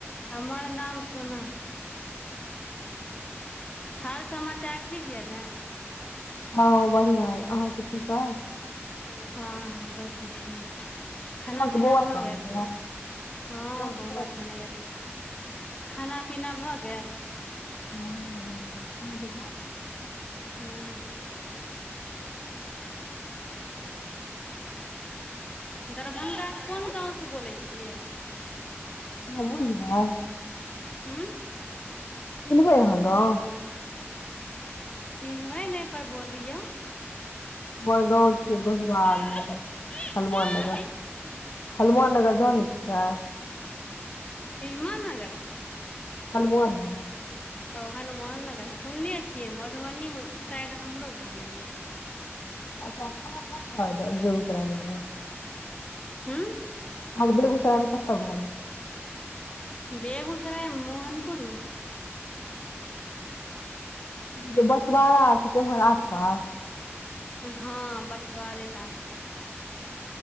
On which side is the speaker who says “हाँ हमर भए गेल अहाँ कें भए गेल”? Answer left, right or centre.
Left